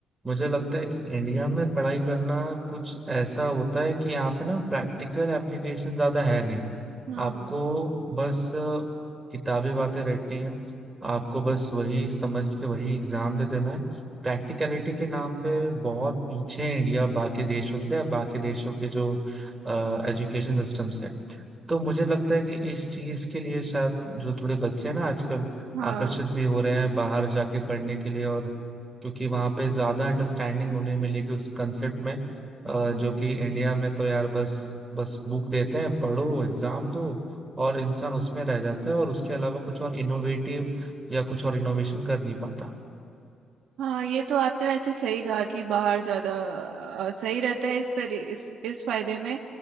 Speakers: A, on the right; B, on the right.
A: मुझे लगता है कि इंडिया में पढ़ाई करना कुछ ऐसा होता है कि यहाँ पे ना प्रैक्टिकल
B: हम्म
A: एप्लीकेशन ज्यादा है नहीं
B: हम्म
A: आपको बस अ, किताबी बातें रटनी है आपको बस वही समझ के वही एग्जाम दे देना है प्रैक्टिकलिटी के नाम पे बहुत पीछे है इंडिया बाकी देशों से या बाकी देशों के जो एजुकेशन सिस्टम से तो मुझे लगता है कि इस चीज के लिए शायद जो थोड़े बच्चे हैं ना आजकल
B: हाँ
A: आकर्षित भी हो रहे हैं बाहर जाके पढ़ने के लिए और क्योंकि वहां पे ज्यादा अंडरस्टैंडिंग उन्हें मिलेगी उस कंसेप्ट में अ,
B: हम्म
A: जो कि इंडिया में तो यार बस बस बुक देते हैं पढ़ो एग्जाम दो और इंसान उसमें रह जाता है और उसके अलावा कुछ और इनोवेटिव या कुछ और इनोवेशन कर नहीं पाता
B: हाँ ये तो आपने वैसे सही कहा कि बाहर ज्यादा अ, सही रहता है इस तरी इस इस फायदे में